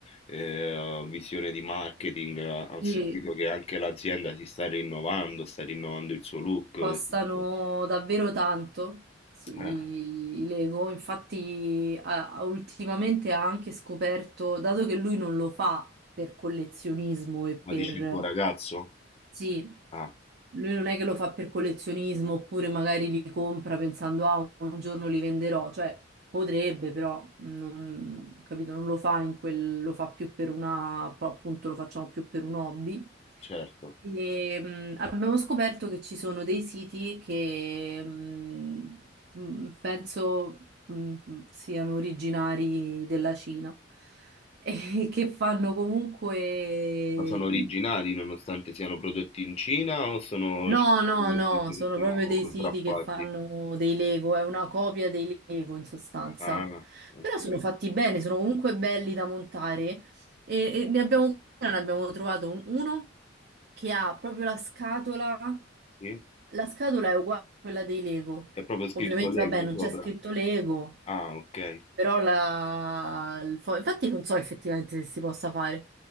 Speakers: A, on the left (about 30°); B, on the right (about 55°).
A: eh, visione di marketing? Eh, Ho
B: Sì,
A: sentito che anche l'azienda si sta rinnovando, sta rinnovando il suo look.
B: Costano
A: eh, giusto?
B: davvero tanto s- i,
A: Eh,
B: i Lego, infatti ha- ha- ultimamente ha anche scoperto, dato che lui non lo fa per collezionismo e per...
A: ma dici il tuo ragazzo?
B: Sì,
A: Ah,
B: lui non è che lo fa per collezionismo oppure magari li compra pensando ah, un giorno li venderò, cioè potrebbe però, non, capito, non lo fa in quel, lo fa più per una, però, appunto lo facciamo più per un hobby.
A: certo.
B: E, mh, abbiamo scoperto che ci sono dei siti che mh, mh, penso mh, siano originari della Cina <laughs> e che fanno comunque
A: Ma sono originali nonostante siano prodotti in Cina o sono
B: No,
A: cinesi
B: no,
A: nel
B: no,
A: senso che
B: sono
A: sono
B: proprio dei
A: contraffatti?
B: siti che fanno dei Lego, è una copia dei Lego in sostanza.
A: Ah, ok.
B: Però sono fatti bene, sono comunque belli da montare e, e ne abbiamo, ne abbiamo trovato un- uno che ha proprio la scatola,
A: Sì?
B: la scatola è uguale a quella dei Lego.
A: C'è proprio scritto
B: Ovviamente,
A: Lego
B: vabbè, non
A: sopra.
B: c'è scritto Lego,
A: Ah, ok,
B: però la... il fo- infatti non so effettivamente se si possa fare.